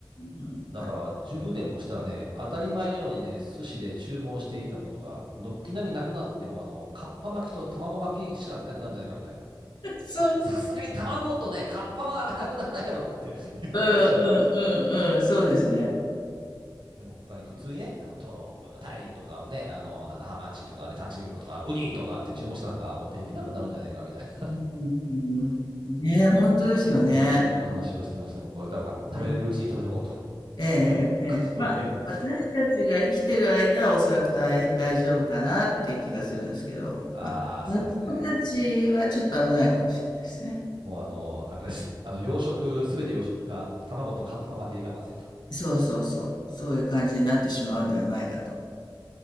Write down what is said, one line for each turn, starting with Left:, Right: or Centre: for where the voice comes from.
Left: なんか、
Right: う、だから10年もしたらね、当たり前のようにね、寿司で注文していたものが、軒並みなくなっても、あの、かっぱ巻きと卵巻きしか出なくなるんじゃないかみたいな。
Left: <laughs> そう、
Right: まあさすがに卵とね、かっぱはなくならないだろうとかっていう話をしてまして
Left: うんうんうんうん、そうですね。
Right: でも他に普通にね、あの、トロとかタイとかね、あの、なんだ、ハマチとかねタチウオとか、ウニとかって注文してたのが、おい、できなくなるんじゃねえかみたいな、
Left: うんねえ、本当ですよね。
Right: うーん、なんか話をしてまして、もうこれ多分食べれるうちに食べとこうと
Left: ねええ、
Right: <laughs> いうことで、
Left: ええ私たちが生きてる間はおそらく大、大丈夫かなっていう気がするんですけど、
Right: ああ、
Left: まあ、
Right: そうですね。
Left: 子たちはちょっと危ないかもしれないですね。
Right: もうあの、あれです。あの、養殖、すべて養殖か、卵とカッパ巻きで我慢せと。
Left: そうそうそう、そういう感じになってしまうんではないかと。